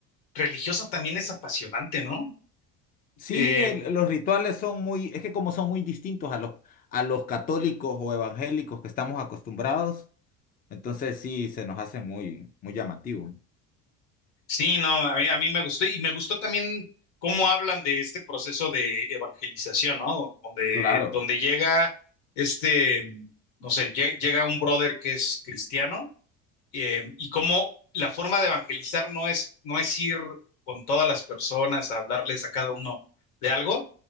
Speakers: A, on the left; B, on the left.
A: religiosa también es apasionante, ¿no?
B: Sí,
A: Eh,
B: el- los rituales son muy, es que como son muy distintos a los, a los católicos o evangélicos que estamos acostumbrados, entonces sí, se nos hace muy, muy llamativo.
A: sí, no, a mí, a mí me gustó y me gustó también cómo hablan de este proceso de evangelización, ¿no? Do- Donde,
B: Claro,
A: donde llega este, no sé, lle- llega un brother que es cristiano eh, y cómo la forma de evangelizar no es, no es ir con todas las personas a hablarles a cada uno de algo